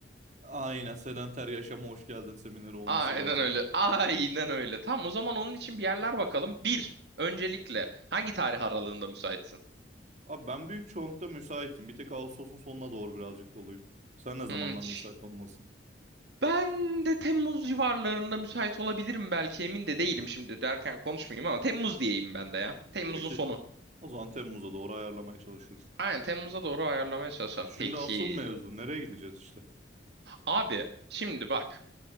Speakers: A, on the right (about 40°); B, on the right (about 65°).
A: Aynen sedenter yaşama hoş geldin semineri olması
B: Aynen
A: lazım.
B: öyle. Aynen öyle. Tamam o zaman onun için bir yerler bakalım. Bir, öncelikle hangi tarih aralığında müsaitsin?
A: Abi ben büyük çoğunlukta müsaitim. Bir tek Ağustos'un sonuna doğru birazcık doluyum. Sen ne zamanlar
B: Hmm, ç-
A: müsait olmalısın?
B: ben de Temmuz civarlarında müsait olabilirim belki emin de değilim şimdi derken konuşmayayım ama Temmuz diyeyim ben de ya.
A: Büyük
B: Temmuz'un sonu.
A: ihtim- o zaman Temmuz'a doğru ayarlamaya çalışırız.
B: Aynen Temmuz'a doğru ayarlamaya çalışacağım.
A: Şimdi
B: Peki.
A: asıl mevzu nereye gideceğiz işte?
B: Abi şimdi bak.